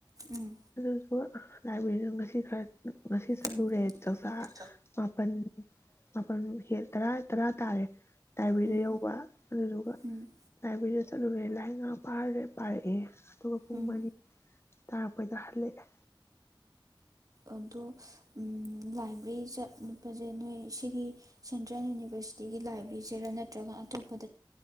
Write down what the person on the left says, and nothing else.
ꯑꯗꯨ ꯂꯥꯏꯕ꯭ꯔꯦꯔꯤꯗꯣ ꯉꯁꯤ ꯈꯔ ꯉꯁꯤ ꯆꯠꯂꯨꯔꯦ
ꯆꯥꯛꯆꯥ
ꯃꯥꯄꯜ ꯃꯥꯄꯜ ꯍꯦ ꯇꯔꯥ ꯇꯔꯥ ꯇꯥꯔꯦ ꯂꯥꯏꯕ꯭ꯔꯤꯗ
ꯌꯧꯕ ꯑꯗꯨꯗꯨꯒ
ꯂꯥꯏꯕ꯭ꯔꯤꯗ ꯆꯠꯂꯨꯔꯦ ꯂꯥꯏꯔꯤꯛ ꯉꯥꯍꯛ ꯄꯥꯔꯨꯔꯦ ꯄꯔꯛꯑꯦ ꯑꯗꯨꯒ ꯄꯨꯡ
ꯃꯔꯤ ꯇꯥꯔꯛꯄꯩꯗ ꯍꯜꯂꯛꯑꯦ